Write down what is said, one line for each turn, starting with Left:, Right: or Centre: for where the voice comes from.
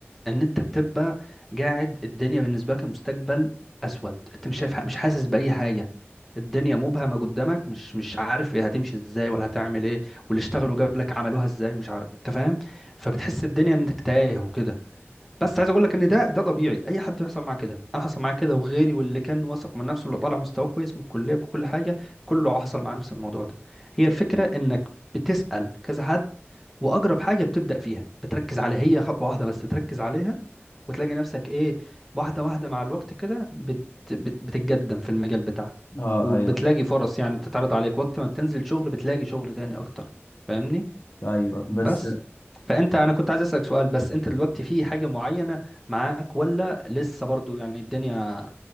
Centre: ان انت بتبقى قاعد الدنيا بالنسبه لك المستقبل اسود انت مش شايف مش حاسس باي حاجه الدنيا مبهمه قدامك مش مش عارف هي هتمشي ازاي ولا هتعمل ايه واللي اشتغلوا قبلك عملوها ازاي مش عارف انت فاهم فبتحس الدنيا انك تايه وكده بس عايز اقول لك ان ده ده طبيعي اي حد يحصل معاه كده انا حصل معايا كده وغيري واللي كان واثق من نفسه اللي طالع مستواه كويس من الكليه وكل حاجه كله حصل معاه نفس الموضوع ده هي الفكره انك بتسال كذا حد واقرب حاجه بتبدا فيها بتركز عليها هي خطوه واحده بس تركز عليها وتلاقي نفسك ايه واحده واحده مع الوقت كده بت بت- بتتقدم في المجال بتاعك
Left: اه
Centre: وبتلاقي
Left: ايوه
Centre: فرص يعني بتتعرض عليك وقت ما بتنزل شغل بتلاقي شغل تاني اكتر فاهمني
Left: ايوه بس
Centre: بس فانت انا كنت عايز اسالك سؤال بس انت دلوقتي في حاجه معينه معاك ولا لسه برضو يعني الدنيا